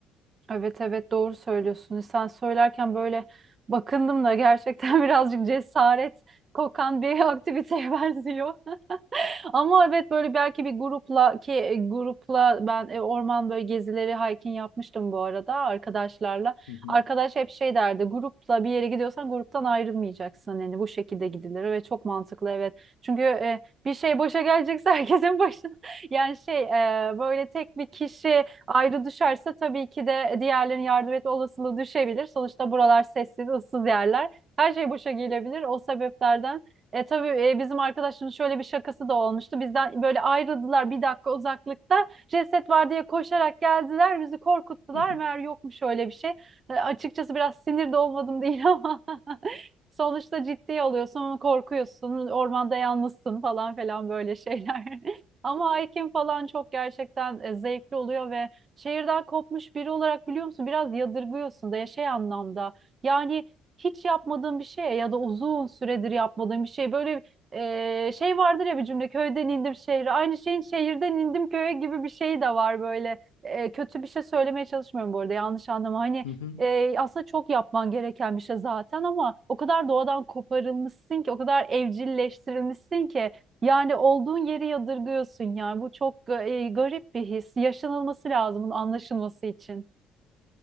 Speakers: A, on the right; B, on the left.
A: Evet evet doğru söylüyorsun. Sen söylerken böyle bakındım da gerçekten <laughs> birazcık cesaret kokan bir aktiviteye <laughs> benziyor. Ama evet böyle belki bir grupla ki e, grupla ben e, orman böyle gezileri hiking yapmıştım bu arada arkadaşlarla.
B: Hı hı
A: Arkadaş hep şey derdi grupla bir yere gidiyorsan gruptan ayrılmayacaksın yani bu şekilde gidilir ve çok mantıklı evet. Çünkü e, bir şey boşa gelecekse herkesin başına <laughs> yani şey e, böyle tek bir kişi ayrı düşerse tabii ki de diğerlerinin yardım etme olasılığı düşebilir. Sonuçta buralar sessiz ıssız yerler. Her şey boşa gelebilir o sebeplerden. E, tabii e, bizim arkadaşın şöyle bir şakası da olmuştu. Bizden böyle ayrıldılar bir dakika uzaklıkta. Ceset var diye koşarak geldiler. Bizi korkuttular.
B: <laughs>
A: Meğer yokmuş öyle bir şey. E, açıkçası biraz sinir de olmadım <laughs> değil ama Sonuçta ciddiye alıyorsun, korkuyorsun, ormanda yalnızsın falan falan böyle şeyler. <laughs> Ama hiking falan çok gerçekten e, zevkli oluyor ve şehirden kopmuş biri olarak biliyor musun biraz yadırgıyorsun da ya şey anlamda. Yani hiç yapmadığın bir şey ya da uzun süredir yapmadığın bir şey böyle e, şey vardır ya bir cümle köyden indim şehre aynı şeyin şehirden indim köye gibi bir şey de var böyle E, kötü bir şey söylemeye çalışmıyorum bu arada yanlış anlama hani
B: hı hı
A: e, aslında çok yapman gereken bir şey zaten ama o kadar doğadan koparılmışsın ki, o kadar evcilleştirilmişsin ki yani olduğun yeri yadırgıyorsun yani bu çok e, garip bir his. Yaşanılması lazım bunun anlaşılması için.